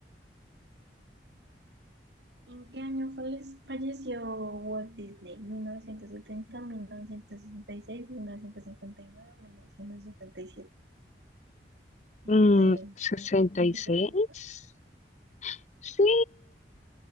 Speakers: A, on the right (about 70°); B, on the left (about 40°).
A: ¿En qué año falle- falleció Walt Disney? Mil novecientos setenta, mil novecientos sesenta Y seis, mil mil novecientos novecientos cincuenta y nueve, mil novecientos setenta y siete? Y
B: Mm,
A: no sé,
B: ¿sesenta
A: 170.
B: y seis? Sí,